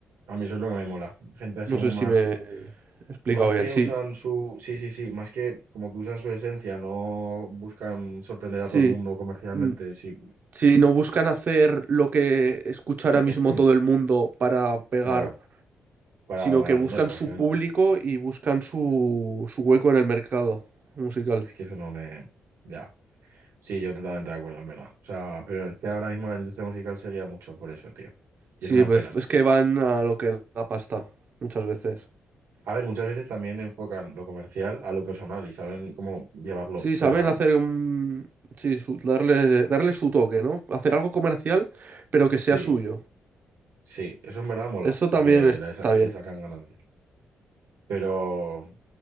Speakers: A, on the right; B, on the right.
A: A mí eso es lo que me mola. Gente así
B: No
A: como
B: sé
A: más
B: si me he explicado
A: Más
B: bien.
A: que
B: Sí,
A: usan su, sí, sí, sí, más que como que usan su esencia, no buscan sorprender a
B: sí.
A: todo el mundo comercialmente,
B: mm,
A: sí,
B: Si no buscan hacer lo que escucha ahora mismo
A: <clears throat>
B: todo el mundo para pegar,
A: claro, para
B: sino
A: ganar
B: que buscan
A: dinero, básicamente.
B: su público y buscan su, su hueco en el mercado musical.
A: Es que eso no me, ya, sí, yo totalmente de acuerdo, en verdad. O sea, pero es que ahora mismo la industria musical se guía mucho por eso, tío. Y
B: Sí,
A: es una
B: pues
A: pena.
B: es que van a lo que da pasta, muchas veces.
A: A ver, muchas veces también enfocan lo comercial a lo personal y saben cómo llevarlo,
B: Sí, saben
A: pero
B: hacer un... Sí, su- darle, darle su toque, ¿no? Hacer algo comercial, pero que sea
A: sí,
B: suyo.
A: sí, eso en verdad mola,
B: Eso
A: porque
B: también está
A: le, sa- le
B: bien.
A: sacan ganancia. Pero...